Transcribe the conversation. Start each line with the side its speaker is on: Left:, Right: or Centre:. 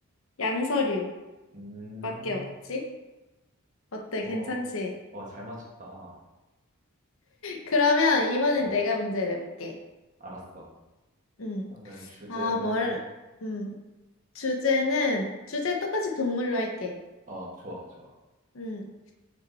Left: 양서류밖에
Right: 음,
Left: 없지? 어때?
Right: 어,
Left: 괜찮지?
Right: 어, 잘 맞췄다.
Left: 그러면 이번엔
Right: 어,
Left: 내가 문제 내볼게.
Right: 알았어.
Left: 음.
Right: 그러면 주제는,
Left: 아, 뭘, 음. 주제는, 주제 똑같이 동물로 할게.
Right: 어, 좋아, 좋아.
Left: 음.